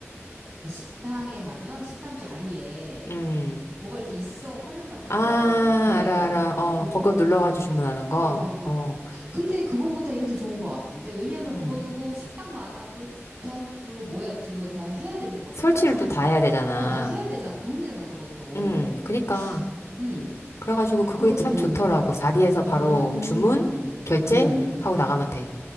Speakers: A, on the right; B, on the left.
A: 그러니까 식당에 가면 식당 자리에
B: 음.
A: 뭐가 이렇게 있어 화면 같은
B: 아,
A: 거 옆에
B: 알아, 알아.
A: 어
B: 어,
A: 그거
B: 거기 눌러가지고 주문하는 거.
A: 어, 어,
B: 어,
A: 어. 근데 그거보다 이게 더 좋은 것 같은데? 왜냐면
B: 음.
A: 그거는 또 식당마다 그걸 다, 그 뭐야, 지금 다 해야 되는 거잖아.
B: 설치를 또 다 해야 되잖아.
A: 어, 다 해야 되잖아. 그 돈이잖아, 그것도.
B: 음, 그니까.
A: 응,
B: 그래가지고 그게
A: 그러,
B: 참
A: 응,
B: 좋더라고. 자리에서 바로
A: 음,
B: 주문, 결제
A: 음.
B: 하고 나가면 돼.